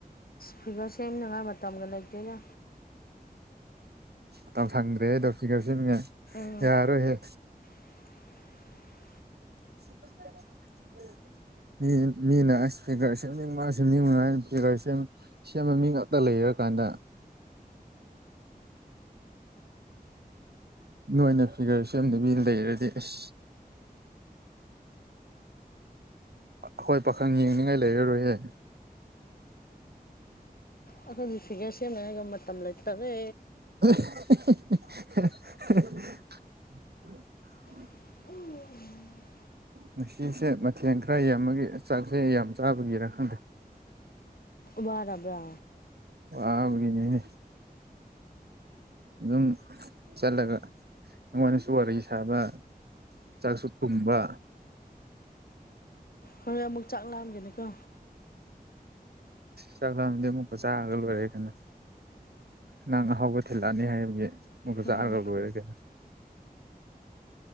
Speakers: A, on the left; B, on the right.
A: ꯐꯤꯒꯔ ꯁꯦꯝꯅꯕ ꯃꯇꯝꯒ ꯂꯩꯇꯦꯗ꯫
B: ꯃꯇꯝ ꯁꯪꯗ꯭ꯔꯦꯍꯦꯗꯣ ꯐꯤꯒꯔ ꯁꯦꯝꯅꯤꯡꯉꯥꯏ
A: ꯎꯝ
B: ꯌꯥꯔꯔꯣꯏꯍꯦ꯫
A: <unintelligible>
B: <inaudible> ꯃꯤ ꯃꯤꯅ ꯑꯁ ꯐꯤꯒꯔ ꯁꯦꯝꯅꯤꯡꯕꯅ ꯁꯦꯝꯅꯤꯡꯕꯅ ꯑꯩ ꯐꯤꯒꯔ ꯁꯦꯝ ꯁꯦꯝꯕ ꯃꯤ ꯉꯥꯛꯇ ꯂꯩꯔꯀꯥꯟꯗ꯫ ꯅꯣꯏꯅ ꯐꯤꯒꯔ ꯁꯦꯝꯗꯕꯤ ꯂꯩꯔꯗꯤ ꯑꯁ꯫ ꯑꯈꯣꯏ ꯄꯥꯈꯪ ꯌꯦꯡꯅꯤꯡꯉꯥꯏ ꯂꯩꯔꯔꯣꯏ ꯍꯦ꯫
A: ꯑꯩꯈꯣꯏꯅꯤ ꯐꯤꯒꯔ ꯁꯦꯝꯅꯤꯡꯉꯥꯏꯒ ꯃꯇꯝ ꯂꯩꯇꯔꯦ꯫
B: <unintelligible>
A: <inaudible>
B: ꯉꯁꯤꯁꯦ ꯃꯊꯦꯟ ꯈꯔ ꯌꯥꯝꯕꯒꯤ ꯆꯥꯛꯁꯦ ꯌꯥꯝ ꯆꯥꯕꯒꯤꯔ ꯈꯪꯗꯦ꯫
A: ꯋꯥꯔꯕ꯭ꯔꯥ꯫
B: ꯋꯥꯕꯒꯤꯅꯤꯅꯦ꯫ ꯑꯗꯨꯝ ꯆꯠꯂꯒ ꯅꯨꯡꯉꯥꯏꯅꯁꯨ ꯋꯥꯔꯤ ꯁꯥꯕ꫰꫰ ꯆꯥꯛꯁꯨ ꯇꯨꯝꯕ꯫
A: ꯍꯣꯔꯦꯟ ꯑꯃꯨꯛ ꯆꯥꯛ ꯂꯥꯝꯒꯦꯔꯀꯣ꯫
B: ꯆꯥꯛ ꯂꯥꯝꯃꯗꯤ ꯑꯃꯨꯛꯀ ꯆꯥꯔꯒ ꯂꯣꯏꯔꯦ ꯀꯩꯅꯣ꯫ ꯅꯪ ꯑꯍꯥꯎꯕ ꯊꯤꯜꯂꯛꯑꯅꯤ ꯍꯥꯏꯕꯒꯤ ꯑꯃꯨꯛꯀ
A: ꯎꯝ
B: ꯆꯥꯔꯒ ꯂꯣꯏꯔꯦ ꯀꯩꯅꯣ꯫